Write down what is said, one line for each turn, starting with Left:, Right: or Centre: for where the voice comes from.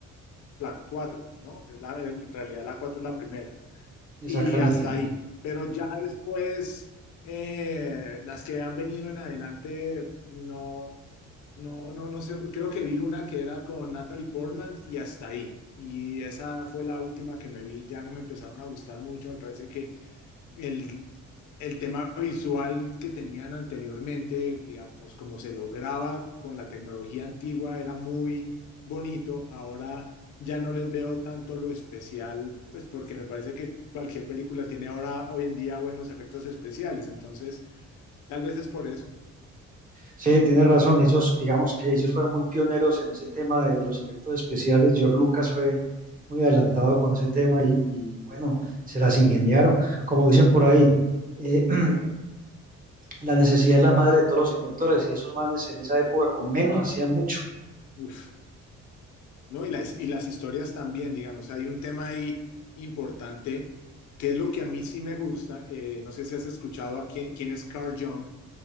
Left: la cuatro ¿no? Es La- en realidad la 4 es la primera.
Right: Exactamente.
Left: Y hasta ahí. Pero ya después, eh, las que han venido en adelante, no, no, no, no sé. Creo que vi una que era con Natalie Portman y hasta ahí. Y esa fue la última que me vi. Ya no me empezaron a gustar mucho. Me parece que el, el tema visual que tenían anteriormente, digamos, como se lograba con la tecnología antigua, era muy bonito. Ahora ya no les veo tanto lo especial, pues porque me parece que cualquier película tiene ahora, hoy en día, buenos efectos especiales. Entonces, tal vez es por eso.
Right: Sí, tienes razón. Ellos, digamos que ellos fueron muy pioneros en ese tema de los efectos especiales. George Lucas fue muy adelantado con ese tema y, y, bueno, se las ingeniaron. Como dicen por ahí, eh, <clears throat> la necesidad es la madre de todos los inventores y esos manes en esa época con menos hacían mucho.
Left: Uf, ¿no? Y las, y las historias también, digamos, hay un tema ahí importante que es lo que a mí sí me gusta. Eh, no sé si has escuchado a quién, quién es Carl Jung.